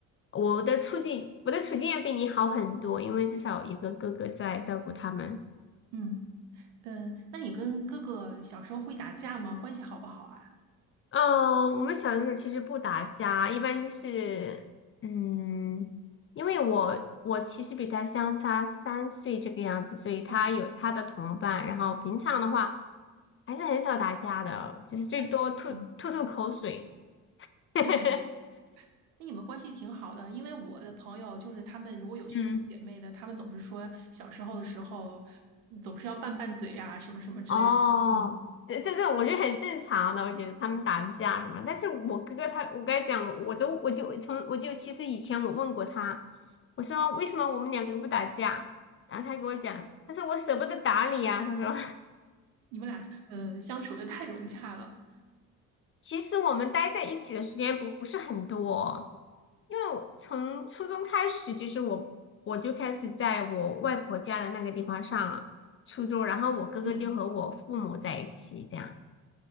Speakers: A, on the left; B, on the right.
A: 我的处境我的处境要比你好很多，因为至少有个哥哥在照顾他们。
B: 嗯嗯，那你跟哥哥小时候会打架吗？关系好不好啊？
A: 嗯，我们小的时候其实不打架，一般就是，嗯，因为我我其实比他相差三岁这个样子，所以他有他的同伴，
B: 哦。
A: 然后平常的话还是很少打架的，就是最多吐吐吐口水。
B: 那嗯，
A: <laughs>
B: <laughs> 那你们关系挺好的，因为我的朋友就是他们如果有兄弟姐妹的，
A: 嗯
B: 他们总是说小时候的时候嗯总是要拌拌嘴啊，什么什么之类的。
A: 哦，
B: 嗯，
A: 这这这我觉得很正常的，我觉得他们打架什么，但是我哥哥他，我跟他讲，我就我就从我就其实以前我问过他，我说为什么我们两个不打架，然后他跟我讲，他说我舍不得打你啊。他说
B: 你们俩呃相处的太融洽了。
A: <laughs> 其实我们待在一起的时间不不是很多，因为我从初中开始就是我我就开始在我外婆家的那个地方上初中，然后我哥哥就和我父母在一起这样。
B: 嗯